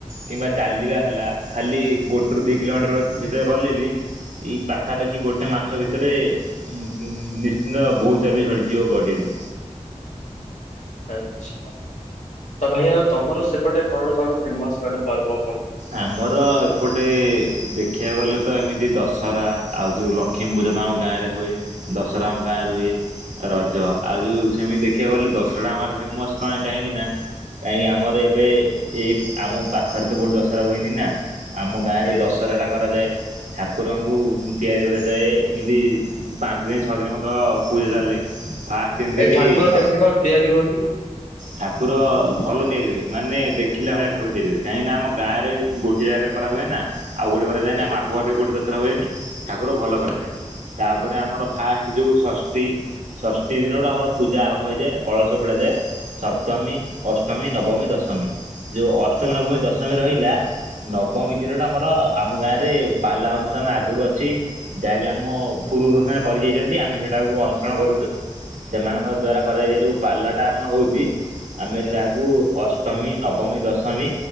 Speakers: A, on the right; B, on the left.
A: କିମ୍ବା ଚାଲିବା ହେଲା ଖାଲି ଗୋଟରୁ ଦି କିଲୋମିଟର ଭିତରେ ଗଲେ ବି ଏଇ ପାଖାପାଖି ଗୋଟେ ମାସ ଭିତରେ ଉଁ ନିଶ୍ଚିନ୍ବହୁତ ଚର୍ବି ଝଡିଯିବ ବଡିରୁୁ।
B: ଆଛା ତ ଭାଇ ଆଉ ତମର ସେପଟେ କଣ କଣ ଫେମସ୍ ମାନେ ପର୍ବ?
A: ଆମର ଏପଟେ ଦେଖିବାକୁ ଗଲେ ତ ଏମିତି ଦଶହରା ଆଉ ଯୋଉ ଲକ୍ଷ୍ମୀପୂଜନ ଆମ ଗାଁ ରେ ହୁଏ ଦଶହରା ଆମ ଗାଁ ରେ ହୁଏ। ରଜ ଆଉ ଯୋଉ ସେମିତି ଦେଖିବାକୁ ଗଲେ ଦଶରାଟା ଆମର ଫେମସ କଣ କାହିଁକି ନା କାହିଁକି ଆମର ଏବେ ଏଇ ଆମ ପାଖରେ ତ କୋଉଠି ଦ ଦଶହରା ହୁଏନି ନା ଆମ ଗାଁରେ
B: ଆଜ୍ଞା
A: ଦଶହରା ଟା କରାଯାଏ। ଠାକୁରଙ୍କୁ ତିଆରି କରାଯାଏ ଏମିତି ପାଞ୍ଚ ଦିନ ଛଅ ଦିନ ପର୍ଯ୍ୟନ୍ତ ପୂଜା ଚାଲେ ଫାଷ୍ଟ ତିନି ଦିନି
B: ଏ ଠାକୁର
A: ସ
B: କେମିତି କଣ ତିଆରି ହୁଅନ୍ତି?
A: ଠାକୁର ଭଲ ତିଆରି ହୁଏ ମାନେ ଦେଖିଲା ଭଳିଆ ଠାକୁର ତିଆରି ହୁଏ କାହିଁକି ନା ଆମ ଗାଁରେ ଗୋଟାଏ ଜାଗାରେ କରାହୁଏ ନା ଆଉ ଗୋଟେ କରାଯାଏନି
B: ଆଜ୍ଞା।
A: ନା <inaudible> କୋଉଠି ଦଶହରା ହୁଏନି ଠାକୁର ଭଲ କରାଯାଏ ତାପରେ ଆମର ଫାଷ୍ଟ ଯୋଉ ଷଷ୍ଠୀ ଷଷ୍ଠୀ ଦିନଠୁ ଆମର ପୂଜା ଆରମ୍ଭ ହେଇଯାଏ କଳସ ବୁଡା ଯାଏ। ସପ୍ତମୀ ଅଷ୍ଟମୀ ନବମୀ ଦଶମୀ ଯୋଉ ଅଷ୍ଟମୀ ନବମୀ ଦଶମୀ ଦଶମୀ ରହିଲା ନବମୀ ଦିନଠୁ ଆମର ଆମ ଗାଁରେ ପାଲା ଅନୁଷ୍ଠ ଆଗରୁ ଅଛି ଯାହାକି ଆମ ପୂର୍ବରୁ ସେ କରି ଯାଇଛନ୍ତି ଆମେ ସେଟାକୁ କରୁଛୁ ସେମାନଙ୍କ ଦ୍ଵାରା କରାଯାଇଛି ଯୋଉ ପାଲାଟା ଆମର ହଉଛି ଆମେ
B: ଆଜ୍ଞା
A: ତାହାକୁ ଅଷ୍ଟମୀ ନବମୀ ଦଶମୀ